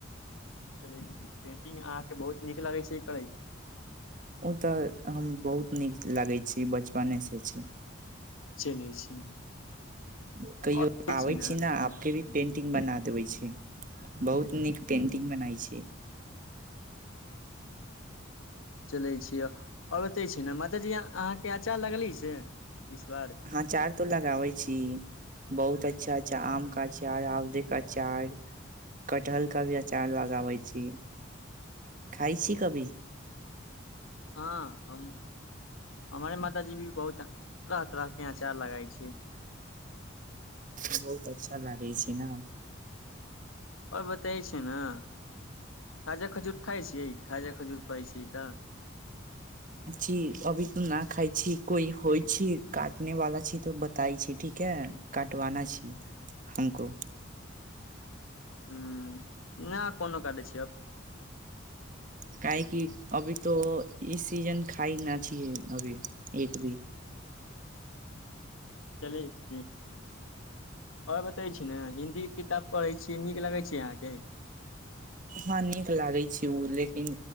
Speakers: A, on the left; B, on the right.
A: चलै छी अहाँके बहुत नीक लगै छै ई करै
B: ओ तऽ हम बहुत नीक लागै छी बचपने से छै
A: चलै छी
B: ह <inaudible> कहियो
A: और जे
B: आबे
A: छै
B: छी ने आपके भी पेंट बना देबै छै बहुत नीक पेन्टिंग बनाइ छै
A: चलै छियै आओर ओतै छै ने माताजी अहाँके आचार लगले से इस बार
B: हँ चार तो लगाबै छी बहुत अ अच्छा अच्छा आम का अचार आमले का अचार कटहल का भी अचार लगाबै छी खााय छी कभी
A: हँ हम हमारे माताजी भी बहुत तरह तरह के अचार लगाइ छै
B: बहुत अच्छा लागै छै ने
A: आओर बतै छै ने खाजा खजूर खाइ छियै खाजा खजूर खाइ छीयै तऽ
B: छी अभी तऽ न खाइ छी कोइ होइ छी काटने वाला छी तऽ बताई छी ठीक है काटवाना छी हमको
A: ह नहि कोनो काटै छिय अब
B: काहेकि अभी तो ई सीजन खाइ न छियै अभी एक भी
A: चलै छी आओर बतै छी ने हिन्दी किताब पढ़ै छियै नीक लगै छै अहाँके
B: हँ नीक लागै छै ओ लेकिन